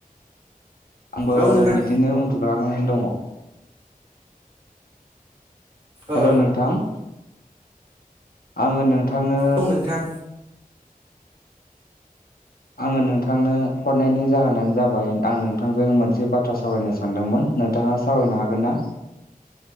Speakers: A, on the left; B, on the right.
A: आंबो
B: औ नोंथां
A: बिदिनो उन्दु ग्लांनानै दङ हेलौ
B: औ
A: नोंथां। आंङो नों थांनो
B: औ नोंथां
A: आंङो नोंथांनो हरनायनि जाहोनानो जाबाय आं नोंथांजों मोनसे बाथ्रा सावरायनो सानदोंमोन नोंथाङा सावरायनो हागोन ना?